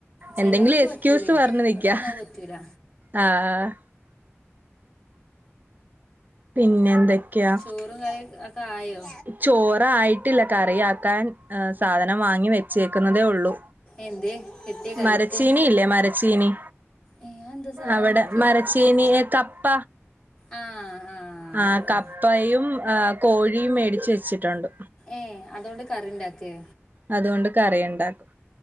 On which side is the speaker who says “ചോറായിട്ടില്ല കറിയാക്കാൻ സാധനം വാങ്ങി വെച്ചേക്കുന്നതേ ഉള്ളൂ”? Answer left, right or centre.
Right